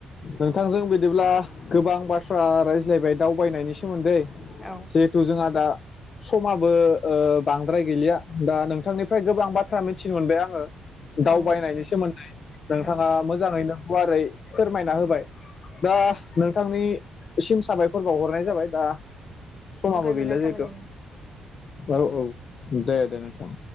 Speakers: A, on the left; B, on the left.
A: नोंथांजों बिदिब्ला गोबां बाथ्रा रायज्लायबाय दावबायनायनि सोमोन्दै
B: औ
A: जिहेतु जोंआ दा समाबो ओ बांद्राय गैलिया दा नोंथांनिफ्राय गोबां बाथ्रा मिथिनो मोनबाय आङो दावबायनायनि
B: औ
A: सोमोन्दै नोंथाङा
B: औ
A: मोजाङैनो गुवारै फोरमायना होबाय दा नोंथांनिसिम साबायखर बावहरनाय जाबाय दा समाबो
B: गोजोननाय
A: गैला
B: थाबाय
A: जिहेतु
B: दे
A: औ औ दे दे नोंथां